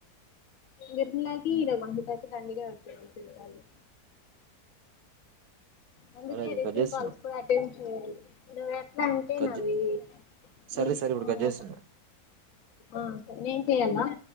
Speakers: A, on the left; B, on the right.
A: గర్మిలాగ్. ఇడా <unintelligible> దండిగా వచ్చేవి రిసీవ్డ్ కాల్ లు. అందుకే
B: సరే
A: రిసీవ్
B: కట్ చేస్తున్నా
A: కల్స్ కూడా అటెం. చేయండి నువ్వే. ఎట్లా అంటే
B: కట్
A: నవ్వింది,
B: చే- సరే
A: ఇన్
B: సరే ఇప్పుడు
A: ఆ
B: కట్ చేస్తున్నా
A: ఓకే ఆ నేన్ చెయ్యల.